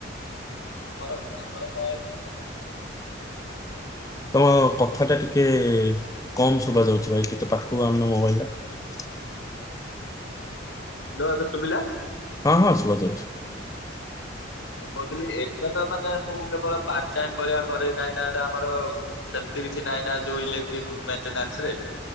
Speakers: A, on the left; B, on the left.
A: ଆ ପର ଆ ପର ତମ <unintelligible>
B: ତମ କଥା ଟା ଟିକେ କମ ଶୁଭା ଯାଉଛି ଭାଇ। ଟିକେ ପାଖକୁ ଆଣୁନ ମୋବାଇଲଟା।
A: ହ୍ୟାଲୋ ଏବେ ଶୁଭିଲା?
B: ହଁ ହଁ ଶୁଭାଯାଉଛି।
A: ହଁ। ମୁଁ କହୁଥିଲି ଏଟା ତ ମାନେ ମୁଁ କେବଳ ପାର୍ଟ ଟାଇମ୍ ଭଳିଆ କରେ କାହିଁକି ନା ଏଇଟା ଆମର ସେଲ୍ ତ କିଛି ନାଇନା ଯୋଉ ଇ ଯୋଉ ମେଣ୍ଟେନାସ ରେ